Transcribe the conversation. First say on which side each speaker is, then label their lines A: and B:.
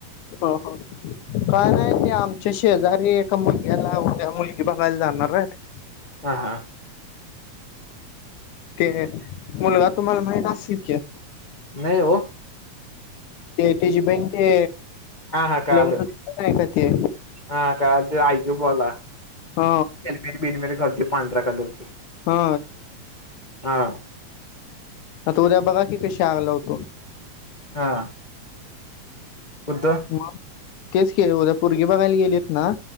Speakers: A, on the left (about 90°); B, on the left (about 65°).
A: हो हो काय नाही. आमच्या शेजारी एका मुलग्याला उद्या मुलगी बघायला जाणार आहेत.
B: हा हा.
A: ते मुलगा तुम्हाला माहित असेल की.
B: नाहीव.
A: ते त्याची बहिण ते.
B: हा हा कळालं.
A: लग्न नाही का ते
B: हा काय त आऐक बोला
A: ह
B: एलमेरी बिलमेरी घाल पांढरा काधरची.
A: हा
B: हा.
A: अ तोऱ्या बघा की कशा आगला होतो.
B: हा. कुद्द.
A: मग तेच के उद्या परगे बघायला गेलेत ना.